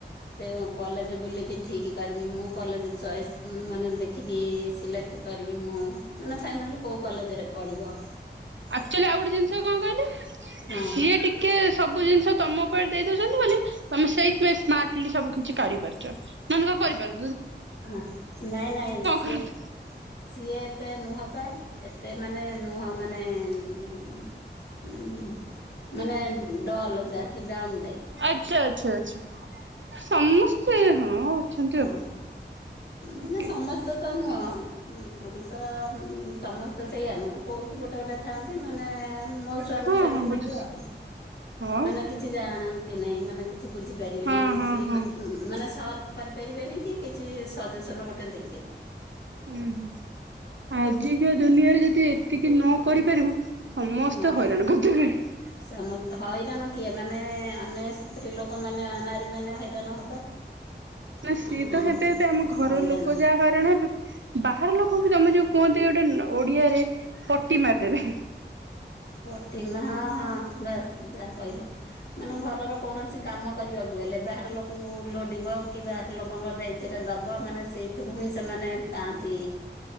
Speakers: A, on the left; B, on the right.
A: ସେ କଲେଜ ବୁଲିକି ଠିକ କରିମି ମୁଁ କଲେଜ ଚଏସ୍ ମାନେ ଦେଖିକି ସିଲେକ୍ଟ କରିବି ମୁଁ ମାନେ ଫାଇନାଲ କୋଉ କଲେଜରେ ପଢିବ?
B: ଆକଚୁଆଲି ଆଉ ଗୋଟେ ଜିନିଷ କଣ କହିଲେ
A: ହଁ
B: ସିଏ ଟିକେ ସବୁ ଜିନ ଷ ତମ ଉପରେ ଦେଇ ଦଉଛନ୍ତି ବୋଲି ତମେ ସେଇଥିପାଇଁ ସ୍ମାର୍ଟଲି ସବୁ କିଛି କରିପାରୁଛ, ନହେନେ ତ କରିପାରି
A: ହ ନାଇଁ ନାଇଁ ସିଏ
B: କରନ୍ତ?
A: ସିଏ ଏତେ ନୁହଁ ବା ଏତେ ମାନେ ନୁହଁ ମାନେ ଉଁ ଉଁ ମାନେ ଡଲ ଯାହାକି ଡାଉନ୍
B: ଆଛା ଆଚ୍ଛା ଆଛା ସମସ୍ତେ ହଁ ଅଛନ୍ତି
A: ହଁ
B: ଆଉ। ଟିକେ
A: ମାନେ ସମସ୍ତେ ତ ନୁହଁ ହୁଁ ପୁରୁଷ ହୁ ସମସ୍ତେ ସେଇଆ ନୁହଁ କୋଉଠି ଗୋଟେ ଗୋଟେ ଥାଆନ୍ତି। ମାନେ ମୋ ସ୍ଵାମୀ
B: ହଁ
A: ସେମିତି
B: ହଁ ବୁଝୁଛି।
A: ଟିକେ ଆଉ
B: ହଁ
A: ମାନେ କିଛି ଜାଣନ୍ତି ନାହିଁ ମାନେ କିଛି ବୁଝିପାରିବେନି
B: ହଁ
A: କିଛି
B: ହଁ ହଁ।
A: ମାନେ ସଲଭ କରିପାରିବେନି କି କିଛି ସଜେସନ ଗୋଟେ ଦେଇ
B: ଓହ ଆଜିକା ଦୁନିଆରେ ଯଦି ଏତିକି ନ କରିପାରି ସମସ୍ତେ
A: ହଁ
B: ହଇରାଣ କ <unintelligible>
A: ସମସ୍ତ ହଇରାଣ କିଏ ମାନେ ଆମେ ସ୍ତ୍ରୀ ଲୋକ ମାନେ ନାରୀ ମାନେ ହଇରାଣ ହବା।
B: ନା
A: ହଁ
B: ସିଏ ତ ଏବେ ଏବେ ଆମ ଘର
A: ହଇରାଣ
B: ଲୋକ ଯାହା ହରାଣ ଏ ବାହାର ଲୋକ ବି <unintelligible> ଗୋଟେ ଓଡିଆରେ ପଟି ମାରିଦେବେ।
A: ପ୍ରଟିମା ହଁ ହଁ ବାସ ଯାହା କହିଲ ମାନେ ଘରର କୌଣସି କାମ କରିବାକୁ ହେଲେ ବାହାର ଲୋକଙ୍କୁ ଲୋଡ଼ିବ କି ବାହାର ଲୋକଙ୍କ ଦାୟିତ୍ୱ ଦବ ମାନେ ସେଇଥିରୁ ହିଁ ସେମାନେ ପାଆନ୍ତି